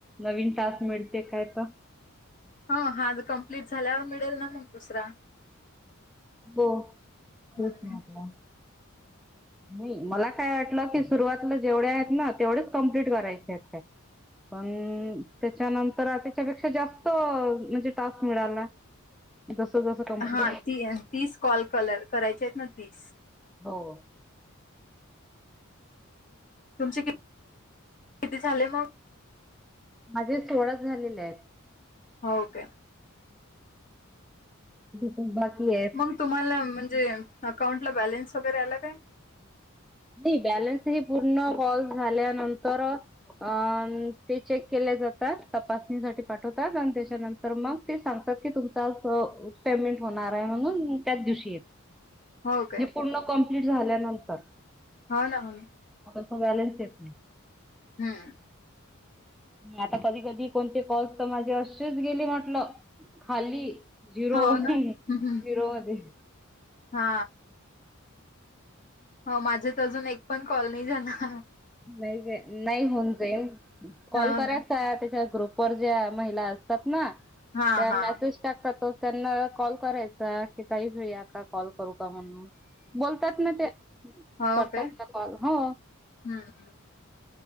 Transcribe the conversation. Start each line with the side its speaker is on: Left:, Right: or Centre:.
Centre: नवीन तास मिळते काय तर.
Left: हो हा कंप्लीट झाल्यावर मिळेल ना मग दुसरा.
Centre: हो
Left: हम्म
Centre: तेच म्हटलं. नाही मला काय वाटलं की सुरुवातला जेवढ्या आहेत ना तेवढेच कम्प्लीट करायचे आहेत का. पण त्याच्यानंतर त्याच्यापेक्षा जास्त म्हणजे टास्क मिळाला. दसो दसो कंपट.
Left: हा ती कल कलर कराय ती.
Centre: हो.
Left: तुमचे किती झाले मग.
Centre: माझे सोळा झालेले आहेत.
Left: हो काे.
Centre: त बाकी. आहेत.
Left: मग तुम्हाला म्हणजे अकाउंटला बॅलेन्स वगैरे आला काय.
Centre: नाही बॅलनस ह पूर्ण ब झाल्यानंतर अ ते चेक के. त पाठवात आणि त्याच्यानंतर मग ते सांगतात की तुमेमं. म्हणून त्याच दिव
Left: हो काय
Centre: य पूर्ण कप् झाल्यानंतर.
Left: हो ना हो ना.
Centre: बॅले ते आप.
Left: हम्म.
Centre: आता कधी कधी कोणते कॉस तर माझे असेच गेले म्हटलं खाली. झिरो
Left: हो
Centre: झिरोमध्ये
Left: ना हम्म हा हो माझे तर अजून एक पण कॉलनी जाणार
Centre: नाही का नाही होऊन जाईल कॉल
Left: हो
Centre: करायचा
Left: ना
Centre: त्याच्या ग्रुप वर ज्या महिला असतात ना
Left: हा
Centre: त्या मेसेज
Left: हा
Centre: टाकतात त्यांना कॉल करायचा की काही घेया का कॉल करू का म्हणून बोलतात ना ते
Left: हो
Centre: करतात
Left: काय
Centre: ना कॉल हो
Left: हम्म